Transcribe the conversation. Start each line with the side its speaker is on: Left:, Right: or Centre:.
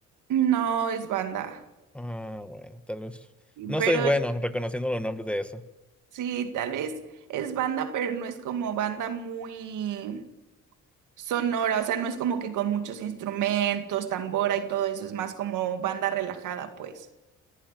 Right: No es banda,
Centre: Ah, bueno, tal vez. No
Right: pero
Centre: soy bueno reconociendo los nombres de eso.
Right: sí, tal vez es banda, pero no es como banda muy... sonora, o sea, no es como que con muchos instrumentos, tambora y todo eso, es más como banda relajada, pues.